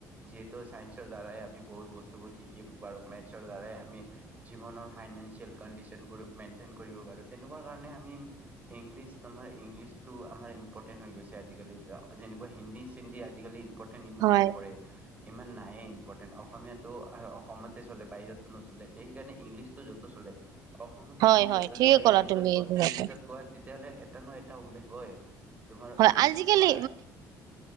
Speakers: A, on the right (about 25°); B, on the right (about 75°).
A: যিহেতু ছায়ন্সৰ দ্বাৰাই আমি বহুত বস্তুবোৰ শিকিব পাৰোঁ, মেথছৰ দ্বাৰাই আমি জীৱনৰ ফাইনেনচিয়েল কণ্ডিচন বোৰ মেইনটেইন কৰিব পাৰো। তেনেকুৱা কাৰণে আমি ইংলিছ তোমাৰ ইংলিছটো আমাৰ ইম্পৰ্টেণ্ট হৈ গৈছে আজিকালি। এনেকুৱা হিন্দী-চিন্তি আজিকালি ইমপৰ্তেণ্ট ইমান
B: হয়
A: নকৰে। ইমান নায়েই ইমপৰ্তেণ্ট, অসমীয়াটো আৰু অসমতে চলে বাহিৰততো নচলে, তে সেইকাৰণে ইংলিছতটো য'তো চলে। অসমতো
B: হয়
A: তুমি
B: হয়
A: য'তো
B: ঠিকে
A: যোৱা,
B: ক'লা
A: ইংলিছত
B: তুমি
A: কোৱা
B: এইবিলাকতো
A: ইংলিছত কোৱা তেতিয়াহ'লে এটা নহয় এটা ওলাবই, তোমাৰ
B: হয়
A: ইংলিছত
B: আজিকালি
A: তোমাৰ